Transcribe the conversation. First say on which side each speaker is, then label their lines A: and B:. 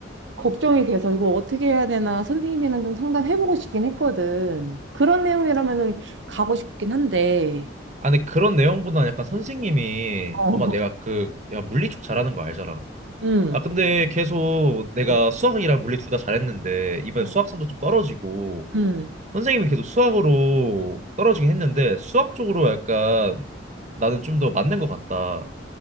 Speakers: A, on the right; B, on the right.
A: 걱정이 돼서 이거 어떻게 해야 되나 선생님이랑 좀 상담해보고 싶긴 했거든. 그런 내용이라면은 가고 싶긴 한데.
B: 아니 그런 내용보다는 약간 선생님이
A: 어.
B: 엄마 내가 그 야 물리 쪽 잘하는 거 알잖아
A: 응,
B: 아, 근데 계속 내가
A: 음.
B: 수학이랑 물리 둘 다 잘했는데, 이번에
A: 응.
B: 수학 성적 좀 떨어지고,
A: 응.
B: 선생님은 계속 수학으로 떨어지긴 했는데, 수학 쪽으로 약간 나는 좀 더 맞는 것 같다.